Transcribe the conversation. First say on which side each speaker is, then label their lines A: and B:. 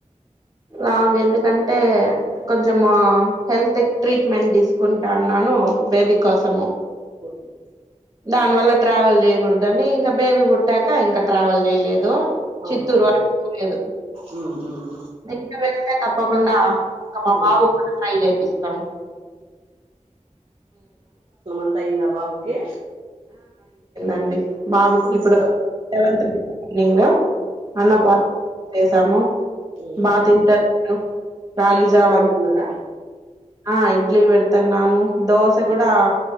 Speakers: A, on the right; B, on the right.
A: లాంగ్ ఎందుకంటే కొంచెం హెల్త్ ట్రీట్మెంట్ తీసుకుంటా అన్నాను బేబ కోసమో
B: ఓకే
A: దాని వల్ల ట్రావెల్ చేయకూడదు అని ఇంకా బేబీ బుడ్ అట్టాక ఇంకా ట్రావెల్ చేయలేదు
B: అవునవును
A: చిత్తూరు వాళలేదు
B: ఉమ్ ఉమ్
A: ఇంకా వెళ్తే తప్పకుండా ఒకం మా
B: ఉమ్
A: బాబు కూడా ట్రై చేపిస్తాము
B: అంతాయింద బాబుకి
A: అండి బాబుకి
B: ఉమ్
A: ఇప్పుడుెవె మార్నింగ్ అన్న బా చేసాము
B: ఉమ్
A: బాగా తింటారు రాగిజావ
B: ఇడ్లీ ఇడ్లీ పెడుతున్నారా
A: అంతా ఆ ఇడ్లీ పెడతన్ నను దోశ
B: ఉమ్
A: కూడా